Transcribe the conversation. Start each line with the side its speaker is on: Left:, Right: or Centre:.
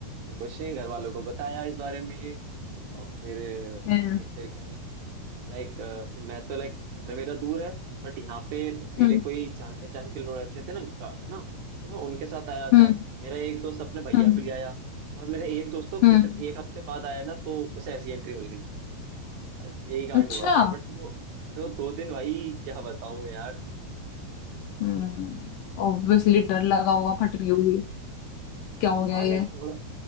Right: फिर कुछ नहीं घर वालों को बताया इस बारे में और फिर
Left: हम्म
Right: एक फिर कहे लाइक तो मैं तो लाइक घर मेरा दूर है बट यहाँ पे मेरे
Left: हम्म
Right: कोई जान पहचान के लोग रहते थे ना गा- ना तो मैं उनके साथ आया
Left: हम्म
Right: था मेरा एक दोस्त अपने भैया
Left: हम्म
Right: को ले आया और मेरा एक दोस्त तो
Left: हम्म,
Right: इतन, एक हफ्ते बाद आया ना तो उसे ऐसी एंट्री मिल गई बस यही कांड
Left: अच्छा
Right: हुआ था बट वो बट वो दो दिन भाई क्या बताऊं यार
Left: हम्म ऑब्वियसली
Right: क्या
Left: डर लगा होगा फट रही होगी क्या हो गया
Right: हाँ
Left: ये
Right: लाइक थोड़ा